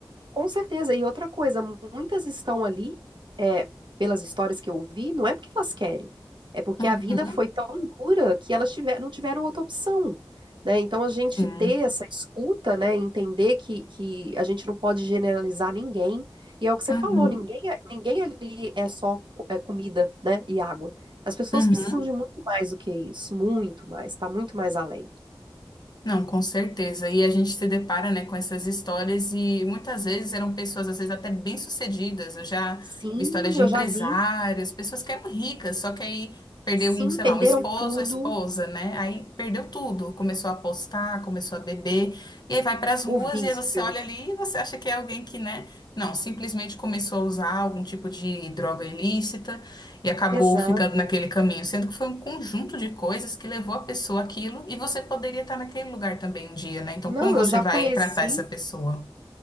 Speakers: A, on the right; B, on the left.
A: com certeza. E outra coisa, muitas estão ali, é, pelas histórias que eu ouvi, não é porque elas querem, é porque
B: Uhum,
A: a vida foi tão dura que elas tiver, não tiveram outra opção, né? Então a gente
B: sim.
A: ter essa escuta, né, entender que, que a gente não pode generalizar ninguém. E é o que você
B: Uhum,
A: falou, ninguém, é- ninguém ali é só co- é, comida, né, e água. As pessoas
B: uhum.
A: precisam de muito mais do que isso, muito mais, tá muito mais além.
B: Não, com certeza. E a gente se depara, né, com essas histórias e muitas vezes eram pessoas, às vezes até bem-sucedidas. Eu já
A: Sim,
B: vi histórias de
A: eu
B: empresários,
A: já vi.
B: pessoas que eram ricas, só que aí perdeu
A: Sim,
B: um, sei
A: perderam
B: lá, um esposo,
A: tudo,
B: a esposa, né? Aí perdeu tudo, começou a apostar, começou a beber, e aí vai para as ruas
A: o vício.
B: e aí você olha ali e você acha que é alguém que, né? Não, simplesmente começou a usar algum tipo de droga ilícita e acabou
A: Exato.
B: ficando naquele caminho, sendo que foi um conjunto de coisas que levou a pessoa àquilo e você poderia estar naquele lugar também um dia, né? Então,
A: Não,
B: como você
A: eu já
B: vai
A: conheci,
B: tratar essa pessoa?